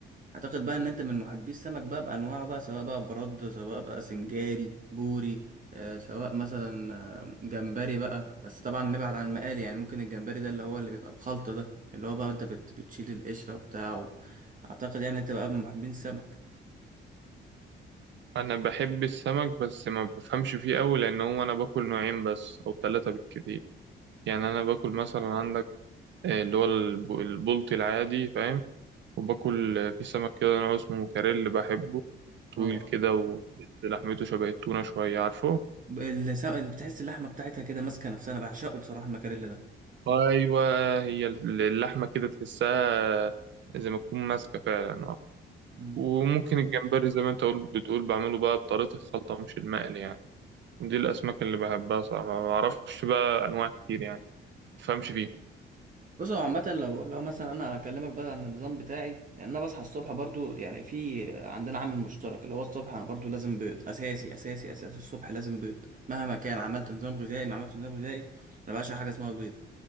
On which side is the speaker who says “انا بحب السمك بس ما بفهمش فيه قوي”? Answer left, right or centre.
Right